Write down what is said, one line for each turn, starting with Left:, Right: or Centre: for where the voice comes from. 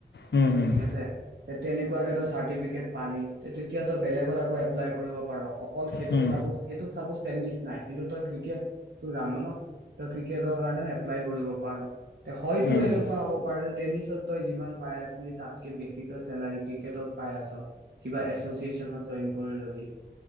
Left: উম।
Right: ঠিক আছে তেনেকুৱাকে তই চাৰ্টিফিকেট পালি, তেতিয়া তই বেলেগত আকৌ এপ্লাই কৰিব পাৰ অকল সেইটোত
Left: উম উম উম
Right: চাপজ সেইটোত চাপজ ট্ৰেণ্ড নিচিনাই কিন্তু তই ক্ৰিকেটটো জানো ন'? তই ক্ৰিকেটৰ কাৰণে এপ্লাই কৰিব পাৰ। তে হয়তো
Left: উম
Right: এনেকুৱা হ'ব পাৰে যে টেনিছত তই যিমান পাই আছ তাতকে বেছি তই চেলাৰী ক্ৰিকেটত পাই আছ। কিবা এছচিয়েচনত জইন কৰি ল'লি।